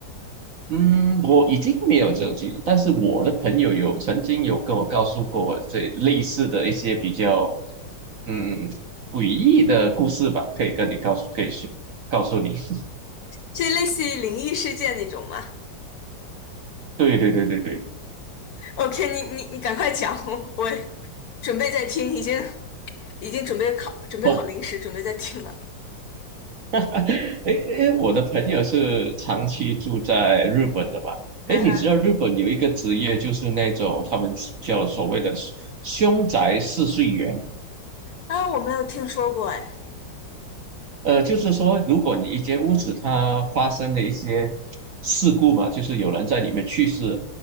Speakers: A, on the right; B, on the left.
A: 嗯，我已经没有这种经历，但是我的朋友有曾经有跟我告诉过我这类似的一些比较嗯诡异的故事吧，可以跟你告诉，可以去告诉你。<laughs>
B: 是类似于灵异事件那种吗
A: 对对对对对，
B: ？OK，你你你赶快讲，我我准备在听，已经已经准备考准备好零食，
A: 哦。
B: 准备在听了。
A: <laughs> 哎，哎，我的朋友是长期住在日本的吧？
B: 嗯哼，
A: 哎，你知道日本有一个职业就是那种他们叫所谓的凶宅试睡员，
B: 啊，我没有听说过，哎，
A: 呃，就是说，如果你一间屋子它发生了一些事故嘛，就是有人在里面去世，